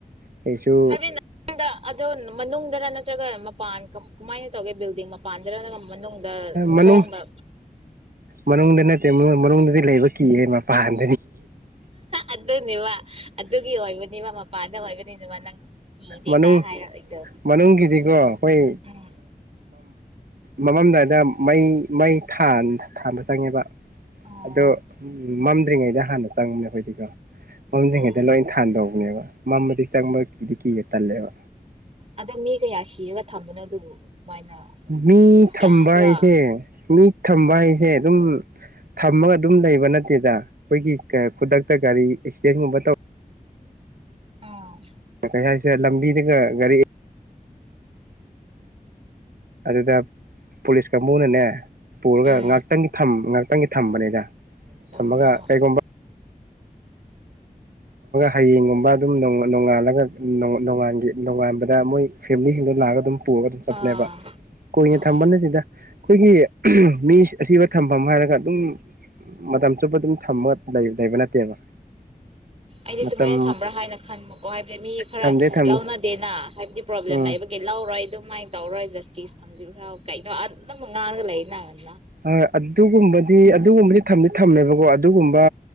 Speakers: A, on the right (about 75°); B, on the right (about 45°).
A: ꯀꯩꯁꯨ
B: ꯍꯥꯏꯗꯤ ꯅꯪꯗ ꯑꯗꯣ ꯃꯅꯨꯡꯗꯔ ꯅ ꯄꯥꯟꯝ ꯇꯧꯒꯦ ꯕꯤꯜꯗꯤꯡ ꯃꯄꯥꯟꯗꯔ ꯃꯅꯨꯡꯗ
A: ꯃꯅꯨꯡ
B: ꯊꯣꯡꯕ
A: ꯃꯅꯨꯡꯗ ꯅꯠꯇꯦ ꯃꯅꯨꯡꯗꯗꯤ ꯂꯩꯕ ꯀꯤꯌꯦ ꯃꯄꯥꯟ
B: ꯑꯗꯨꯅꯤꯕ ꯑꯗꯨꯒꯤ ꯑꯣꯏꯕꯅꯤꯕ ꯃꯄꯥꯥꯟꯗ ꯑꯣꯏꯕꯅꯤꯅꯦꯕ ꯅꯪ ꯀꯤꯗꯦꯒ
A: ꯃꯅꯨꯡ
B: ꯍꯥꯏꯔꯛꯏꯗꯣ
A: ꯃꯅꯨꯡꯒꯤꯗꯤꯀꯣ ꯑꯩꯈꯣꯏ
B: ꯎꯝ
A: ꯃꯃꯝꯗꯥꯏꯗ ꯃꯩ ꯃꯩ ꯊꯥꯟꯕ ꯆꯪꯉꯦꯕ
B: ꯑꯣ
A: ꯑꯗꯣ ꯃꯝꯗ꯭ꯔꯤꯉꯩꯗ ꯍꯥꯟꯅ ꯆꯪꯕꯅꯦ ꯑꯩꯈꯣꯏꯗꯤꯀꯣ ꯃꯐꯝꯁꯤꯡꯩꯗ
B: ꯑꯣ
A: ꯂꯣꯏ ꯊꯥꯟꯗꯧꯕꯅꯦꯕ ꯃꯗꯤ ꯆꯪꯃ ꯀꯤꯗꯤ ꯀꯤ ꯇꯂꯦꯕ
B: ꯑꯗꯣ ꯃꯤ ꯀꯌꯥ ꯁꯤꯔꯒ ꯊꯝꯕꯅꯣ ꯑꯗꯨꯕꯨ ꯑꯗꯨꯃꯥꯏꯅ
A: ꯃꯤ ꯊꯝꯕ
B: ꯌꯥꯝꯕ꯭ꯔꯥ
A: ꯍꯥꯏꯁꯦ ꯃꯤ ꯊꯝꯕ ꯍꯥꯏꯁꯦ ꯑꯗꯨꯝ ꯊꯝꯃꯒ ꯑꯗꯨꯝ ꯂꯩꯕ ꯅꯠꯇꯦꯗ ꯑꯩꯈꯣꯏꯒꯤ ꯈꯨꯗꯛꯇ ꯒꯥꯔꯤ ꯑꯦꯛꯁꯤꯗꯦꯟꯒꯨꯝꯕ ꯇꯧ
B: ꯑ
A: ꯀꯩ ꯍꯥꯏꯁꯦ ꯂꯝꯕꯤꯗꯒ ꯒꯥꯔꯤ ꯑꯗꯨꯗ ꯄꯨꯂꯤꯁ ꯀꯥꯡꯕꯨꯅꯅꯦ ꯄꯨꯔꯒ
B: ꯎꯝ
A: ꯉꯥꯛꯇꯪꯒꯤ ꯉꯍꯥꯛꯇꯪꯒꯤ ꯊꯝꯕꯅꯤꯗ ꯊꯝꯃꯒ
B: ꯑꯣ
A: ꯀꯩꯒꯨꯝꯕ ꯍꯌꯦꯡꯒꯨꯝꯕ ꯑꯗꯨꯝ ꯅꯣꯡꯉꯥꯜꯂꯒ ꯅꯣꯡ ꯅꯣꯡꯉꯥꯟꯕꯗ ꯃꯣꯏ ꯐꯦꯃꯤꯂꯤꯁꯤꯡꯗꯣ ꯂꯥꯛꯑꯒ ꯑꯗꯨꯝ ꯄꯨꯔꯒ ꯑꯗꯨꯝ ꯆꯠꯄꯅꯦꯕ
B: ꯑꯥ
A: ꯀꯨꯏꯅ
B: ꯑꯣ
A: ꯊꯝꯕ ꯅꯠꯇꯦꯗ ꯑꯩꯈꯣꯏꯒꯤ ꯃꯤ ꯑꯁꯤꯕ ꯊꯝꯐꯝ ꯍꯥꯏꯔꯒ ꯑꯗꯨꯝ ꯃꯇꯝ ꯆꯨꯞꯄ ꯑꯗꯨꯝ ꯊꯃ ꯂꯩꯕ ꯅꯠꯇꯦꯕ
B: ꯑꯩꯗꯤ
A: ꯃꯇꯝ
B: ꯑꯗꯨꯨꯃꯥꯏꯅ ꯊꯝꯕ꯭ꯔꯥ ꯍꯥꯏꯅ ꯈꯟꯕꯀꯣ ꯍꯥꯏꯕꯗꯤ ꯃꯤ ꯈꯔ
A: ꯊꯝꯗꯦ ꯊꯝꯗꯦ
B: ꯂꯧꯎꯅꯗꯦꯅ ꯍꯥꯏꯕꯗꯤ ꯄ꯭ꯔꯣꯕ꯭ꯂꯦꯝ
A: ꯎꯝ
B: ꯂꯩꯕꯒꯤ ꯂꯧꯔꯣꯏ ꯑꯗꯨꯃꯥꯏꯅ ꯇꯧꯔꯣꯏ ꯖꯁꯇꯤꯁ ꯐꯪꯕꯤꯈ꯭ꯔꯣ ꯀꯩꯅꯣ ꯑꯗꯨ ꯑꯗꯨꯝ ꯉꯥꯡꯉꯒ ꯂꯩ ꯅꯪꯅꯤ
A: ꯍꯣꯏ ꯑꯗꯨꯒꯨꯝꯕꯗꯤ ꯑꯗꯨꯒꯨꯝꯕꯗꯤ ꯊꯝ ꯊꯝꯃꯦꯕꯀꯣ ꯑꯗꯨꯒꯨꯝꯕ